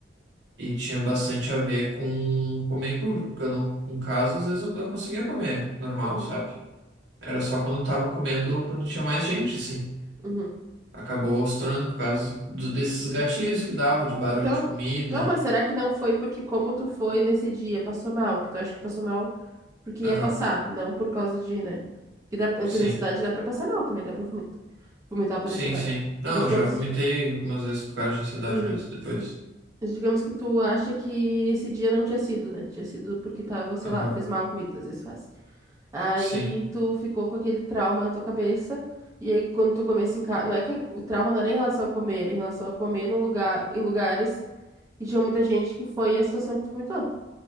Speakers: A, on the right; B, on the right.
A: E tinha bastante a ver com comer em público, porque eu não, em casa, às vezes eu, eu conseguia comer normal,
B: Uhum.
A: sabe? Era só quando eu tava comendo ou quando tinha mais gente, assim.
B: Uhum.
A: Acabou se tornando por causa do, desses gatilhos que dava, de barulho
B: Então,
A: de comida.
B: não, mas será que não foi porque como tu foi nesse dia, passou mal, que tu acha que passou mal porque
A: Aham,
B: ia passar, não por causa de, né? Que dá, por
A: sim.
B: ansiedade dá pra passar mal também, dá pra vomitar, vomitar por
A: Sim,
B: ansiedade.
A: sim. Não,
B: Mas
A: eu
B: digamos
A: já vomitei algumas vezes por causa de ansiedade
B: Uhum.
A: mesmo, depois.
B: Mas Digamos que tu acha que esse dia não tinha sido, né? Tinha sido porque tava, sei
A: Aham,
B: lá, fez mal a comida, às vezes faz. Aí
A: sim.
B: tu ficou com aquele trauma na tua cabeça. E aí quando tu comesse em casa, não é que o trauma não era em relação a comer, era em relação a comer num lugar, em lugares que tinha muita gente que foi a situação que tu vomitou.